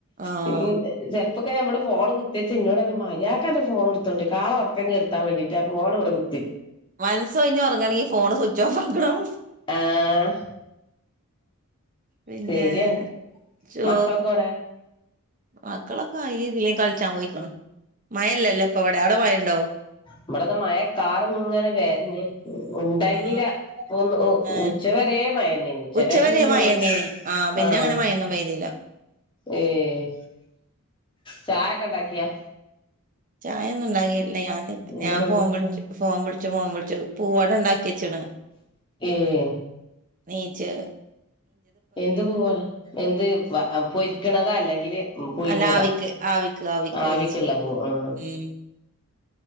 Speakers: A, on the right; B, on the left.
A: ആഹ്
B: പിൻ ജ ഇപ്പൊക്കെ ഞമ്മടെ ഫോൺ കുത്തിച്ച എന്നോട്റയും മര്യാക്കന്റെ ഫോൺടുത്തോണ്ട്ക്കോ ആളെ ഒറക്കം കെടുത്താ വേണ്ടീട്ട് ആ ഫോണിവിടെ വെ
A: മനസ് ഒഴിഞ്ഞൊറങ്ങണെങ്കി ഫോണ് സ്വിച്ച് ഓഫ് ആക്കണം
B: ആഹ്
A: പിന്നെ
B: ശരിയാണ്
A: ചോ
B: മക്കളൊക്കെ എവടെ
A: മക്കളൊക്കെ അയിലേം ഇതിലേം കളിച്ചാ പോയിക്കണ് മഴല്ലല്ലോ ഇപ്പ അവിടെ അടെ മഴണ്ടോ
B: നമ്മത് മഴകാറിങ്ങനെ വരണ്ട് മ് ഉണ്ടായിഞ്ഞില്ല
A: ആഹ്
B: പ്പൊ ഒന്ന്
A: ഏഹ്
B: ഉച്ച വരെ മഴന്നെയെനു ഉച്ചന്റെ
A: ഉച്ചവരെ
B: ശേഷം പിന്നെ
A: മഴന്നേനി
B: മഴ
A: പിന്നെ
B: ആഹ്
A: അങ്ങനെ മഴയൊന്നും പെയ്തില്ല
B: ഏഹ് ചായൊക്കെണ്ടാക്കിയാ
A: ചായൊന്നുണ്ടാക്കിട്ടില്ല ഞാന്
B: എന്താ
A: ഞാൻ
B: കടി
A: ഫോംവിളിച്ച് ഫോംവിളിച്ച് ഫോം വിളി ച്ച് പൂവാടണ്ടാക്കിവച്ചീണ്
B: ഏഹ്
A: ണീച്ച്
B: എന്ത് പൂവാണ് എന്ത് വ ആ പൊരിക്കണതാ അല്ലെങ്കില് ഉ പുഴുങ്ങിയതാ
A: അല്ല ആവിക്ക് ആവിക്ക് ആവിക്ക്
B: ആവിക്കുള്ള
A: വേവിച്ച്
B: പൂ മ്
A: ഉം